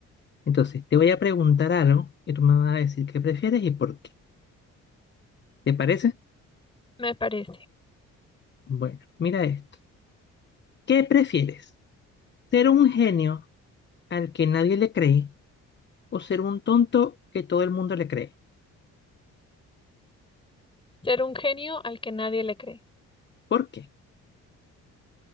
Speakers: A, on the left; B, on the left.
A: Entonces, te voy a preguntar algo y tú me vas a decir qué prefieres y por qué. ¿Te parece?
B: Me parece
A: Bueno, mira esto. ¿Qué prefieres? ¿Ser un genio al que nadie le cree o ser un tonto que todo el mundo le cree?
B: ser un genio al que nadie le cree,
A: ¿Por qué?